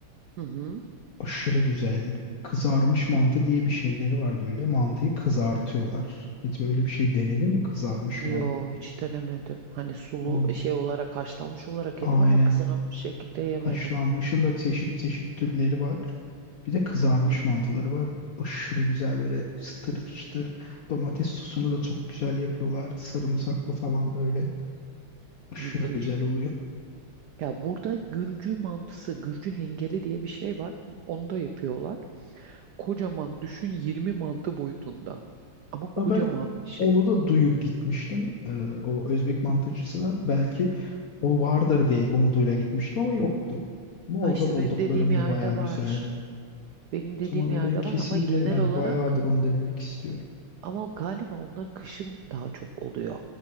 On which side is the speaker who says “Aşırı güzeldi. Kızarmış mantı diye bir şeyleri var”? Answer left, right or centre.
Left